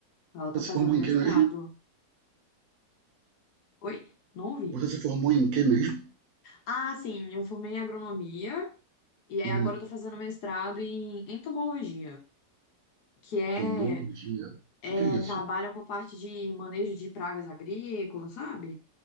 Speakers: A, on the left; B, on the right.
A: Eu tô
B: Você
A: fazendo
B: se formou
A: mestrado.
B: em que mesmo?
A: Oi? Não ouvi.
B: Você se formou em que mesmo?
A: Ah, sim, eu formei em agronomia e aí
B: Hum.
A: agora eu tô fazendo mestrado em entomologia, que é,
B: tomologia
A: é
B: O que é isso?
A: trabalha com a parte de manejo de pragas agrícolas, sabe?